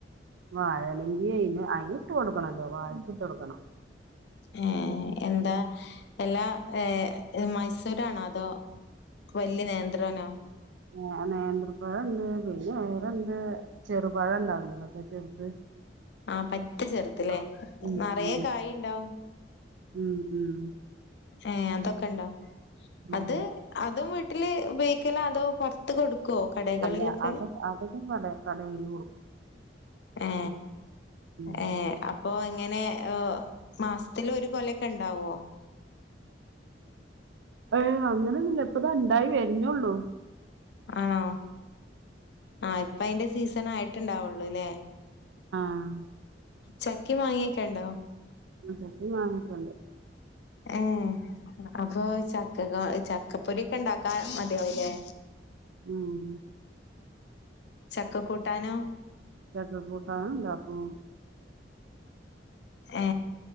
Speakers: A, on the right; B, on the left.
A: വാഴ അല്ലെങ്കി അന് അയിനി ഇട്ട് കൊടുക്കണല്ലോ വാഴക്ക് ഇട്ട് കൊടുക്കണം
B: ഏ എന്താ എല്ലാ ഏ മൈസൂരാണോ അതോ വലിയ നേന്ത്രനോ
A: ഏ നേന്ത്രപ്പഴംുണ്ട് പിന്നെ ര്ണ്ട് ചെറുപഴ ഇണ്ടാവില്ലേ മറ്റേ ചെറുത്
B: ആഹ പറ്റ ചെറുത്ല്ലേ
A: ആഹ് ഉം
B: നറയെ
A: ഉം
B: കായുണ്ടാവും
A: ഉം ഉം
B: ഏ അതൊക്കെ ഉണ്ടോ
A: ഉം
B: അത് അതും വീട്ടില് ഉപയോഗിക്കലാ അതോ പുറത്ത് കൊടുക്കും കോ കടകളിലൊക്കെ
A: അല്ല അതൊ അതൊക്കെ കട കടയില് കൊടുക്കും
B: ഏ
A: ഉം
B: ഏ അപ്പൊ അങ്ങനെ മാസത്തില് ഒരു കൊലക്കെ ഉണ്ടാവോ
A: ഏ് അങ്ങനെന്ന ഇപ്പത് ഉണ്ടായി വരനൊള്ളൂ
B: ആണോ ആഹ ഇപ്പ അതിന്റെ സീസൺ ആയിട്ട്ുണ്ടാവുള്ളൂല്ലേ
A: ആഹ്
B: ചക്കി മാങ്ങിയക്കണ്ടോ
A: ആ ചക്ക മാങ്ങിക്കെണ്ട്
B: ഏ അപ്പൊ ചക്കക ചക്കപ്പൊരി ഒക്കെ ഉണ്ടാക്കാ മതിയാവല്ലേ
A: ഉം
B: ചക്ക കൂട്ടാനോ
A: ചക്ക കൂട്ടാന് ഉണ്ടാകുണു
B: ഏ